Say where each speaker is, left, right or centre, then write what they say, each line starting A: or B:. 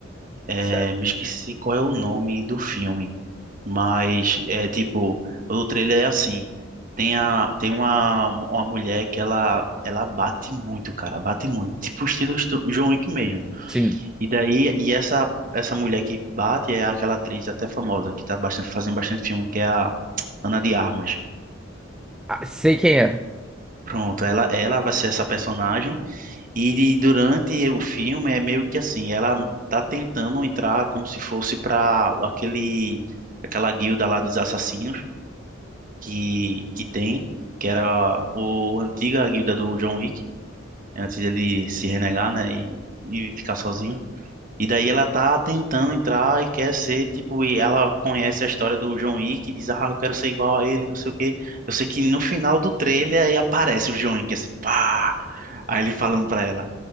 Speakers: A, on the right (about 45°); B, in the centre.
A: É,
B: Certo?
A: me esqueci qual é o nome do filme, mas é tipo, o trailer é assim, tem a tem uma, uma mulher que ela ela bate muito, cara, bate muito, tipo estilo estu- John Wick mesmo.
B: Sim.
A: E daí, e essa, essa mulher que bate é aquela atriz até famosa, que tá bastante, fazendo bastante filme, que é a Ana de Armas.
B: Ah, sei quem é.
A: Pronto, ela, ela vai ser essa personagem. E durante o filme é meio que assim, ela tá tentando entrar como se fosse pra aquele, aquela guilda lá dos assassinos que, que tem, que era o a antiga guilda do John Wick, antes dele se renegar, né, e, e ficar sozinho. E daí ela tá tentando entrar e quer ser, tipo, e ela conhece a história do John Wick e diz, ah, eu quero ser igual a ele, não sei o quê. Eu sei que no final do trailer aí aparece o John Wick, assim, pá! Aí ele falando pra ela.